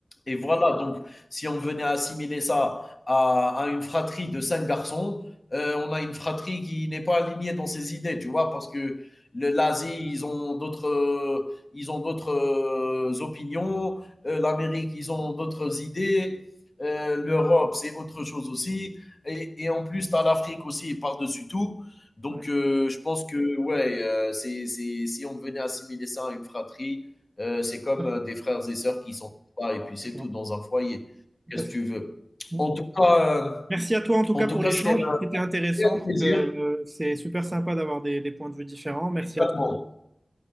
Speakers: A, on the left; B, on the right.
A: Et voilà, donc si on venait assimiler ça à, à une fratrie de cinq garçons, euh, on a une fratrie qui n'est pas alignée dans ses idées, tu vois, parce que l'Asie, ils ont d'autres, euh, ils ont d'autres euh, opinions, euh, l'Amérique, ils ont d'autres idées, euh, l'Europe, c'est autre chose aussi, et, et en plus, tu as l'Afrique aussi par-dessus tout. Donc,
B: ouais, ouais.
A: euh, je pense que, ouais, euh, c'est, c'est- si on venait assimiler ça à une fratrie, euh, c'est comme
B: Tout à
A: euh,
B: fait,
A: des frères et sœurs qui sont pas, et puis c'est
B: D'accord.
A: tout, dans un foyer.
B: Tout
A: Qu'est-ce
B: à fait.
A: que tu veux
B: Bon.
A: En tout cas, euh,
B: Merci à toi en tout
A: en
B: cas
A: tout
B: pour
A: cas
B: l'échange.
A: c'était un
B: C'était intéressant.
A: réel
B: Donc,
A: plaisir
B: euh, c'est super sympa d'avoir des des points de vue différents. Merci
A: également.
B: à toi.